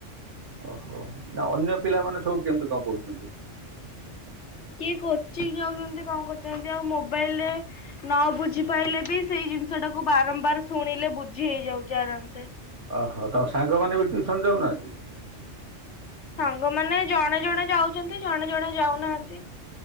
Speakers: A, on the right; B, on the left.
A: ଓହୋ ନା ଅନ୍ୟ ପିଲାମାନେ ସବୁ କେମିତି କଣ ପଢୁଛନ୍ତି?
B: କିଏ କୋଚି ଯାଉଛନ୍ତି କଣ କରୁଛନ୍ତି ଆଉ ମୋବାଇଲରେ ନ ବୁଝି ପାଇଲେ ବି ସେଇ ଜିନିଷ ଟାକୁ ବାରମ୍ବାର ଶୁଣିଲେ ବୁଝି ହେଇଯାଉଛି ଆରାମ ସେ।
A: ଓହୋ ତମ ସାଙ୍ଗ ମାନେ ବି ଟିଉସନ ଯାଉନାହାନ୍ତି?
B: ସାଙ୍ଗମାନେ ଜଣେ ଜଣେ ଯାଉଛନ୍ତି ଜଣେ ଜଣେ ଯାଉନାହାନ୍ତି।